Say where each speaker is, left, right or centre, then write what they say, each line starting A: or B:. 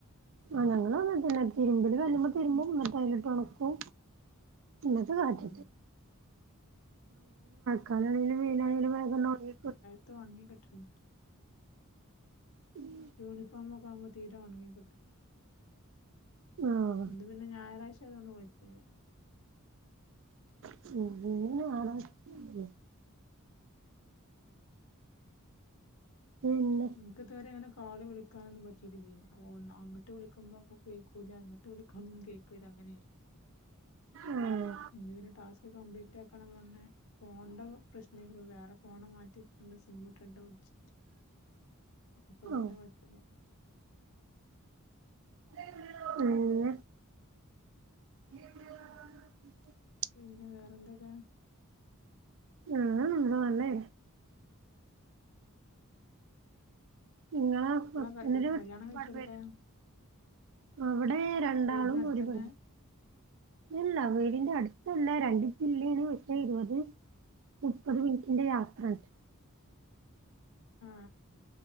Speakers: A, on the right (about 60°); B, on the left (about 70°).
A: അങ്ങനൊന്നും വന്നിടില്ല തിരുമ്പല്കല്ല് മ്മല് തിരുമ്പും ന്നിട്ട് അയില്ട്ട് ഒണക്കും മഴ <unintelligible>
B: ഉം
A: കറി ആണെങ്കിലും മീനാണെങ്കിലും വേഗം നോക്കിക്കോ
B: ത്തു ഒൺങ്ങിക്കിട്ട്ണ് ല്യ
A: ഉം
B: യൂണിഫോമൊക്കെ ആകുമ്പംതീരെ ഒണങ്ങിക്കിട്ടു
A: ആഹ്
B: ഇന്ന് പിന്നെ ഞായറാഴ്ച ആയതോണ്ട് കൊയപ്പല്യ
A: <unintelligible> പിന്നെ
B: ഉം ഉം അക്കത്തവരെ അങ്ങനെ കാൾള് വിളിക്കാനൊ പറ്റിയി് ചെയ്യില്ല ഒന്ന്ങ്ങോട്ട് വിളിക്കുമ്പോൾ അപ്പോൾ കേൾക്കൂല്ല അങ്ങോട്ട് <unintelligible>
A: ആഹ്
B: ഇന്ന് പിന്നെ ടാസ്ക് കംപ്ലീറ്റ് ആക്കണംന്ന് പറഞ്ഞെ ഫോണിന്റെ പ്രശ്നക്കുംപ്പം വേറെ ഫോണ് മാറ്റി നല്ല സി മെമക്കെട്ട കുടിച്ച അപ്പൊ
A: ആഹ്
B: പിന്നെ കുഴപ്പില്ല
A: പിന്നെ ഉ
B: പിന്നെ വേറെന്തൊക്കെ
A: <unintelligible> അല്ലേ നിങ്ങളെ
B: കല്യ-
A: <unintelligible>
B: കല്യാണം
A: ഒരു
B: കഴിച്ചു
A: പാട്
B: കൊടുക്കാ
A: പേര് അവടെ രണ്ടാളും
B: വീടിനടുത്ത്
A: ഒരുപണി
B: തന്നെ
A: ഇല്ല വീടിന്റെ അട്ത്തല്ല രണ്ട് <unintelligible> മുപ്പത് മിനിറ്റിന്റെ യാത്രണ്ട്
B: ആ